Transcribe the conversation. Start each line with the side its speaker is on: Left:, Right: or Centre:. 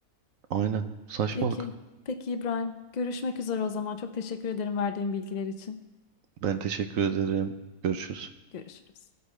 Right: Aynen. Saçmalık.
Left: Peki. Peki İbrahim. Görüşmek üzere o zaman. Çok teşekkür ederim verdiğin bilgiler için.
Right: Ben teşekkür ederim. Görüşürüz.
Left: Görüşürüz.